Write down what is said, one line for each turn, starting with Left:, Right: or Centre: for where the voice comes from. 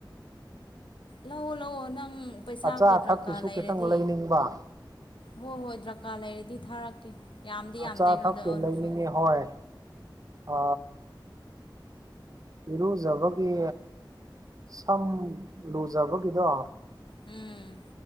Left: ꯂꯧꯋꯣ ꯂꯧꯋꯣ ꯅꯪ ꯄꯩꯁꯥꯀ
Right: ꯑꯆꯥ ꯑꯊꯛꯀꯤꯁꯨ
Left: ꯗ꯭ꯔꯀꯥꯔ ꯂꯩꯔꯗꯤ
Right: ꯈꯤꯇꯪ ꯂꯩꯅꯤꯡꯕ
Left: ꯍꯣꯏ ꯍꯣꯏ ꯗ꯭ꯔꯀꯥꯔ ꯂꯩꯔꯗꯤ ꯊꯥꯔꯛꯀꯦ ꯌꯥꯝꯗꯤ
Right: ꯑꯆꯥ
Left: ꯌꯥꯝꯗꯦ ꯑꯩꯉꯣꯟꯗ
Right: ꯑꯊꯛꯀꯤ
Left: ꯑꯣꯏꯔꯁꯨ
Right: ꯂꯩꯅꯤꯡꯉꯦ ꯍꯣꯏ ꯑ ꯏꯔꯨꯖꯕꯒꯤ ꯁꯝ ꯂꯨꯖꯕꯒꯤꯗꯣ
Left: ꯎꯝ